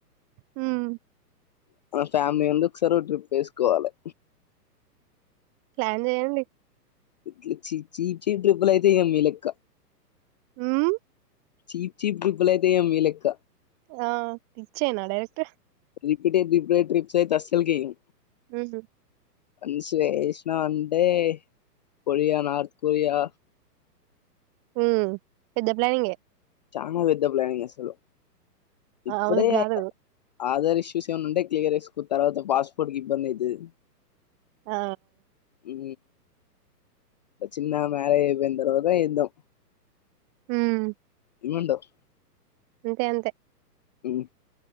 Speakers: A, on the right (about 30°); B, on the left (about 30°).
A: ఉమ్
B: ఫ్యామిలీ అందు కోకసారి ట్రిప్ ఎసుకోవాలే
A: ప్లాన్ చెయండి
B: ఇట్లా చ చీ చీ ట్రిపుల్ అయితే వేయలేం మీ లెక్క
A: ఉమ్
B: చీప్ చీప్ రిప్లై అయితే ఏయ్యలేం మీ లెక్క
A: ఆ ఇచ్చేనా డైరెక్ట్ర్
B: రిపీటెడ్ రిపిటెడ్ ట్రిప్స్ అయితే అస్స లుకేయం
A: ఉమ్
B: అన్స్వేష్ నా అంటే కొరియా నార్త్ కొరియా
A: ఉమ్ పెద్ద ప్లానింగే
B: చానా వెద్ద ప్లానింగ్ అసలు
A: ఆ
B: ఇప్పుడే
A: అవును గాదు
B: ఆధార్ ఇష్యూస్ ఏమన్నా ఉంటే క్లియర్ ఏసుకో తర్వాత పాస్పోర్ట్ కి ఇబ్బంది అయితది
A: ఆ
B: ఇ చిన్న మ్యారేజ్ అయిపోయిన తర్వాత ఏ ద్దాం
A: ఉమ్
B: ఏమంటావ్
A: అంతే అంతే
B: ఉమ్